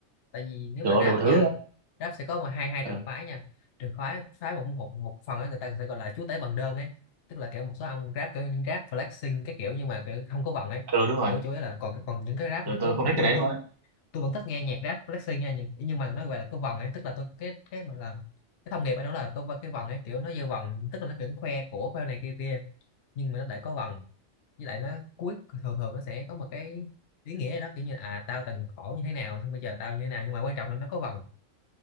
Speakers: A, on the left; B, on the right.
A: tại vì nếu
B: kiểu
A: mà rap
B: đủ
A: á
B: thứ
A: nha
B: đó
A: rap sẽ có mà hai hai
B: ừ.
A: trường phái nha trường phái phái một một một phần ấy người ta sẽ gọi là chúa tể bằng đơn ấy tức là kiểu một số ông rap kiểu những rap flexing cái kiểu nhưng mà kiểu không có vần ấy
B: ừ đúng rồi
A: kiểu chủ yếu là còn còn những cái rap
B: ừ,
A: mà cứ
B: tôi không thích
A: tôi
B: cái đấy
A: tôi
B: luôn á
A: tôi vẫn thích nghe nhạc rap flexing nha nhưng, nhưng mà nó gọi là có vần ấy tức là tôi cái cái mà làm cái thông nghiệp ấy nó là có cái vần ấy kiểu nó dư vần tức là nó vẫn khoe của khoe này kia kia nhưng mà nó lại có vần với lại nó cuối thường thường nó sẽ có một cái ý nghĩa gì đó kiểu như là, à tao từng khổ như thế nào xong bây giờ tao như thế nào nhưng mà quan trọng là nó có vần